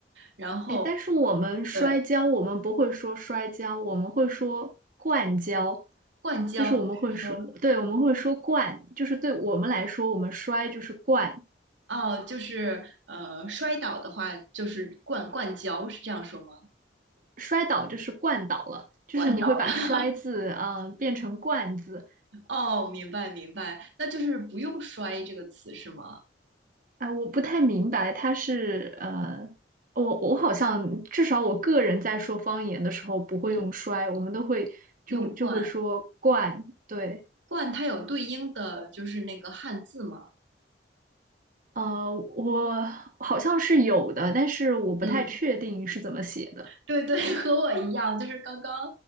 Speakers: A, on the right; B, on the right.
A: 然后
B: 哎，但是我们摔跤，
A: 对，
B: 我们不会说摔跤，我们会说灌跤，
A: 灌胶，
B: 就是我们会说，
A: 说
B: 对，我们会说灌，就是对我们来说，我们摔就是灌，
A: 哦，就是呃，摔倒的话就是灌灌胶，是这样说吗？
B: 摔倒就是灌倒了，就是你会把摔字嗯、
A: 灌倒了。
B: 呃变成灌字，
A: 哦，明白明白，那就是不用“摔”这个词是吗？
B: 啊，我不太明白，他是呃，我我好像至少我个人在说方言的时候不会用摔，
A: 嗯，
B: 我们都会就就会说惯，
A: 用“灌”，
B: 对，
A: “灌”它有对应的就是那个汉字吗？
B: 呃，我好像是有的，但是我不太确定是怎么写的。
A: 嗯。对对，<laughs> 和我一样，就是刚刚，